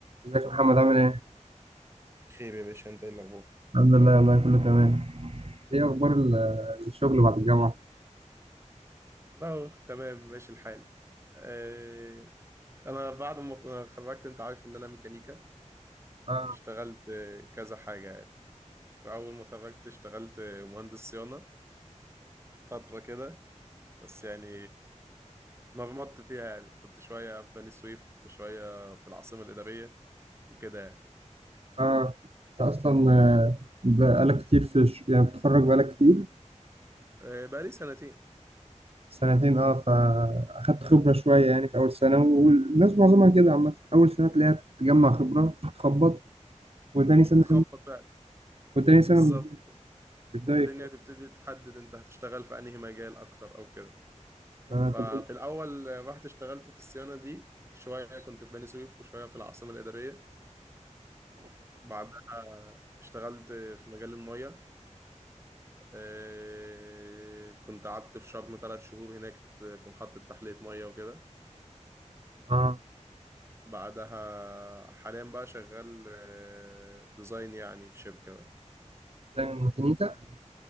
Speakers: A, on the right; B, on the right.
A: ازيك يا محمد عامل ايه؟
B: بخير يا باشا انت ايه الاخبار
A: الحمد لله والله كله تمام ايه اخبار ال- الشغل بعد الجامعة؟
B: والله تمام ماشي الحال آه، انا بعد ما اتخرجت انت عارف ان انا ميكانيكا
A: اه
B: اشتغلت آه، كذا حاجة يعني فاول ما اتخرجت اشتغلت آه، مهندس صيانة فترة كده بس يعني مرمطت فيها يعني كنت شوية في بني سويف وشوية في العاصمة الإدارية وكده يعني
A: اه انت اصلا آه، بقالك كتير في الش... يعني بتخرج بقالك كتير
B: آه، بقالي سنتين
A: سنتين اه فاخدت خبرة شوية يعني في اول سنة والناس معظمها كده عامة اول سنة تلاقيها تجمع خبرة تخبط وتاني سنة
B: بتخبط يعني
A: وتاني
B: بالظبط
A: سنة بيبدأوا
B: الدنيا
A: يك-
B: تبتدي تحدد انت هتشتغل في انهي مجال اكتر او كده
A: اه
B: ففي
A: طب إيه؟
B: الأول رحت اشتغلت في الصيانة دي شوية كنت في بني سويف وشوية في العاصمة الإدارية بعدها اشتغلت في مجال المية اه، كنت قعدت في شرم ثلاث شهور هناك في محطة تحلية مية وكده
A: اه
B: بعدها حاليا بقى شغال اه، ديزاين يعني في شركة بقى.
A: ديزاين ميكانيكا